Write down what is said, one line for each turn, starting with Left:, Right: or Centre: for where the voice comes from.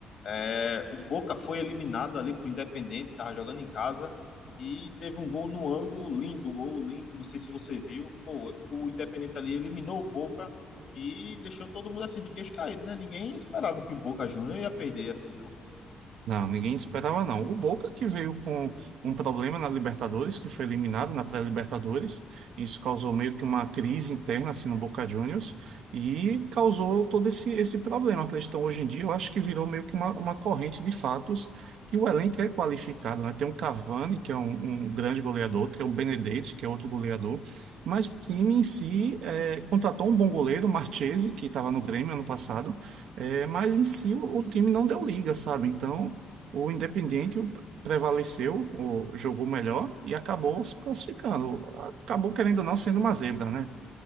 Left: É, o Boca foi eliminado ali pro Independente, tava jogando em casa e teve um gol no ângulo, lindo, gol lindo. Não sei se você viu. Pô, o Independente ali eliminou o Boca e deixou todo mundo assim de queixo caído, né? Ninguém esperava que o Boca Júnior ia perder assim, não.
Right: Não, ninguém esperava não. O Boca que veio com um problema na Libertadores, que foi eliminado na pré-Libertadores, isso causou meio que uma crise interna assim no Boca Juniors e causou todo esse, esse problema. A questão hoje em dia, eu acho que virou meio que uma, uma corrente de fatos que o elenco é qualificado, né? Tem um Cavani, que é um, um grande goleador, tem um Benedetti, que é outro goleador, mas o time em si é, contratou um bom goleiro, o Marchese, que estava no Grêmio ano passado, é, mas em si o, o time não deu liga, sabe? Então o Independiente prevaleceu, o- jogou melhor e acabou se classificando. Acabou, querendo ou não, sendo uma zebra, né?